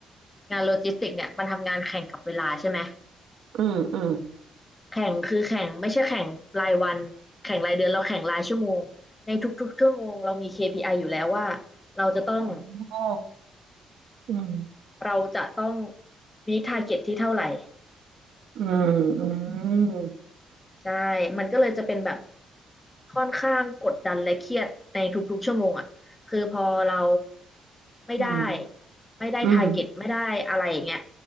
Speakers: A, on the left; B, on the right.
A: งานโลจิสติกเนี่ยมันทำงานแข่งกับเวลาใช่ไหม
B: อืมอืม
A: แข่งคือแข่งไม่ใช่แข่งรายวันแข่งรายเดือนเราแข่งรายชั่วโมงในทุกๆชั่วโมงเรามี KPI ออยู่แล้วว่าเราจะต้อง
B: อ๋ออืม
A: เราจะต้องมีทาร์เก็ตที่เท่าไหร่
B: อืมอืม
A: ใช่ มันก็เลยจะเป็นแบบค่อนข้างกดดันและเครียดในทุกๆชั่วโมงอ่ะคือพอเราไม่ได้
B: อืม
A: ไม่ได้ทาร์เก็ตไม่ได้อะไรอย่างเงี้ย
B: อืม